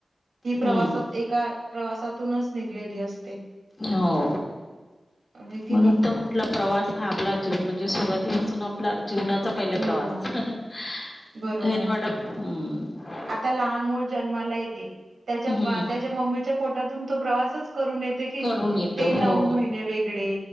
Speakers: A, on the right (about 85°); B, on the left (about 35°).
A: ही प्रवासात
B: हम्म
A: एका प्रवासातूनच निघलेली असते.
B: हो
A: हे की
B: म्हणून
A: नाही
B: तर म्हंटल. प्रवास हा आपला जी म्हणजे सुरुवातीपासून आपला जीवनाचा पहिला
A: हो
B: प्रवास. आहे
A: बरोबर
B: ना मॅडम हम्म
A: आता लहान मूल जन्माला येते त्याच्या
B: हम्म
A: त्याच्या मम्मीच्या पोटातून तो प्रवासच करून येत हे की
B: करून
A: नाही
B: येतो
A: ते नऊ
B: हो
A: महिने वेगळे